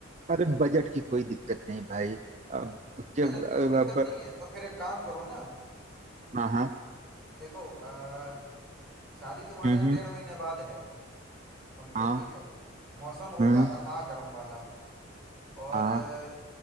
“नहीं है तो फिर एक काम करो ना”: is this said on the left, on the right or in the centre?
Centre